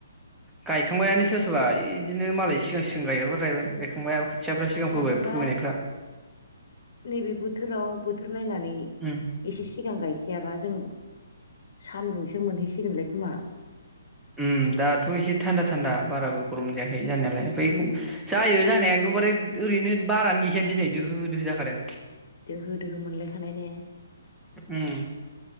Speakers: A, in the centre; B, on the left (about 50°).
A: गायखांबायानो सोर सोरबा इदिनो मालाय सिगां सिगां गायग्राफ्रा गायबाय गायखांबाय। खोथियाफ्रा सिगां
B: नाथायबा
A: फोबाय फोबोनायफ्रा
B: नैबे बोथोराव बोथोर नायनानै
A: उम
B: एसे सिगां गाय खायाबा जों सान्दुंसो मोनहैसिगोनलाय खोमा।
A: उम दाथ' एसे थान्दा थान्दा बाराबो गरम जायाखै जानायालाय ओफाय एखौ
B: उम
A: जायो जानाया एकदम बारे ओरैनो बारानो गैखाया दिनै दोहो दोहो जाखादों।
B: दोहो दोहो मोनलायखानाय ने?
A: उम